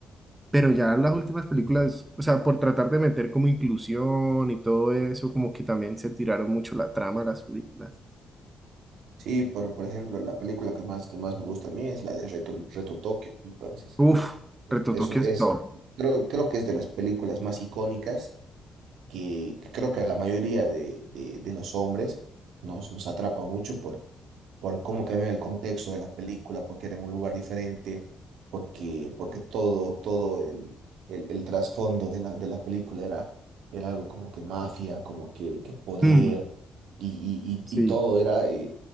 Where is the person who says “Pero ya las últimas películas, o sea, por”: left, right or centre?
Right